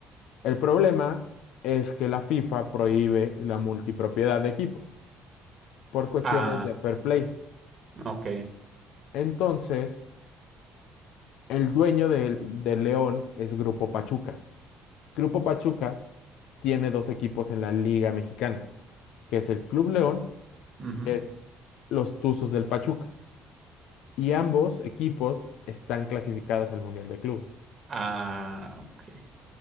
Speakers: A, on the left; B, on the right.
A: El problema es que la FIFA prohíbe la multipropiedad de equipos por cuestiones
B: Ah,
A: de fair play.
B: ok.
A: Entonces, el dueño del del León es Grupo Pachuca. Grupo Pachuca tiene dos equipos en la Liga Mexicana, que es el Club León,
B: Ujú.
A: que es los Tuzos del Pachuca. y ambos equipos están clasificados al Mundial de Clubes.
B: Ah, ok.